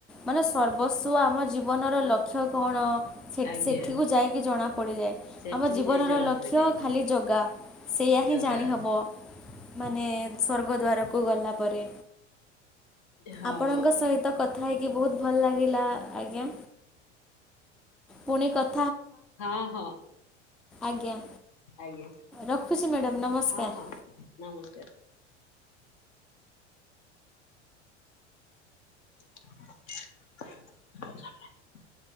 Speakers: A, in the centre; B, on the left (about 50°).
A: ମାନେ ସର୍ବସ୍ୱ ଆମର ଜୀବନ। ଲକ୍ଷ୍ୟ କଣ
B: ଆଜ୍ଞା
A: ସେଠିକୁ ଯାଇକି ଜଣାପଡିଯାଏ।
B: ସେଠିକି
A: ଆମ ଜୀବନର
B: ଯାଇ ଜଣା
A: ଲକ୍ଷ୍ୟ
B: ପଡିଯାଏ
A: ଖାଲି ଜଗା ସେଇଆ ହିଁ
B: ଜଗା
A: ଜାଣିହବ ମାନେ <unintelligible> ସ୍ୱର୍ଗଦ୍ୱାରକୁ ଗଲା ପରେ
B: ହଁ
A: ଆପଣଙ୍କ ସହିତ କଥା ହେଇକି ବହୁତ ଭଲ ଲାଗିଲା ଆଜ୍ଞା ପୁଣି କ
B: ହଁ ହଁ
A: ଆଜ୍ଞା
B: ଆଜ୍ଞା।
A: ରଖୁଛି ମ୍ୟାଡ଼ାମ୍ ନମସ୍କାର।
B: ହଁ ହଁ ନମସ୍କାର। <unintelligible>